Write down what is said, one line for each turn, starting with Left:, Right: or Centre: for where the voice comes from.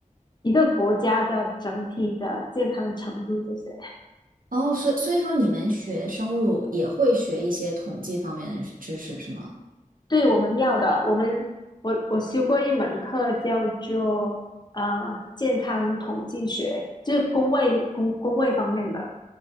Left: 一个国家的整体的健康程度这些。
Right: 哦，所以所以说你们学生物也会学一些统计方面的知识是吗？
Left: 对，我们要的，我们我我修过一门课叫做呃健康统计学，就是工位工工位方面的，